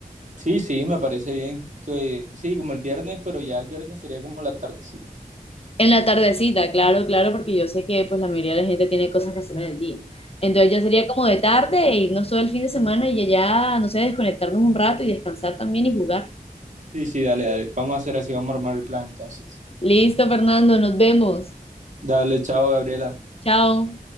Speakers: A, on the right (about 55°); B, on the left (about 40°).
A: Sí, sí, me parece bien. Que, sí, como el viernes, pero ya el viernes sería como la tardecita.
B: En la tardecita, claro, claro, porque yo sé que pues la mayoría de la gente tiene cosas que hacer en el día. Entonces ya sería como de tarde e irnos todo el fin de semana y allá, no sé, desconectarnos un rato y descansar también y jugar.
A: Sí, sí, dale, dale. Vamos a hacer así, vamos a armar el plan entonces.
B: Listo, Fernando, nos vemos.
A: Dale, chao, Gabriela.
B: Chao.